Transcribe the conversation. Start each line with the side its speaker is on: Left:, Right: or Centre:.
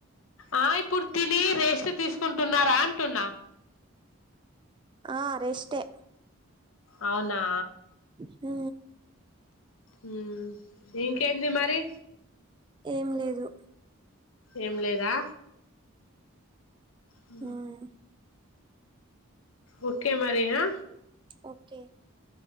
Left: ఆ ఇప్పుడు తిని రేష్ట్ తీసుకుంటున్నారా అంటున్నా
Right: ఆ రేష్టే
Left: అవును ఆ
Right: ఊ
Left: ఊ దింకేంది మరి
Right: ఏం లేదు
Left: ఏం లేదా ఊ
Right: మ్
Left: ఓకే మరి ఆ
Right: ఓకే